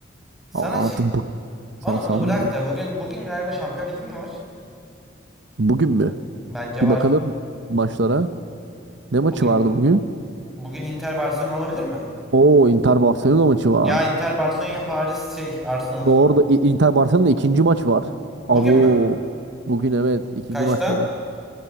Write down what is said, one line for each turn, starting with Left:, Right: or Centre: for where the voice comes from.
Centre: Sana
Right: Ama
Centre: şey
Right: artık bu san
Centre: Onu
Right: sandım
Centre: bunu bırak
Right: ya.
Centre: da bugün bugün galiba Şampiyon Ligi mi var?
Right: Bugün mü?
Centre: Bence
Right: Bir
Centre: var.
Right: bakalım maçlara. Ne maçı
Centre: Bugün
Right: vardı bugün?
Centre: bugün Inter Barcelona olabilir mi?
Right: Oo Inter Barcelona maçı var.
Centre: Ya Inter Barcelona ya Paris şey Arsenal.
Right: Doğru da İ- Inter Barcelona ikinci maç var.
Centre: Bugün
Right: Abo
Centre: mü?
Right: bugün evet ikinci
Centre: Kaçta?
Right: maçları.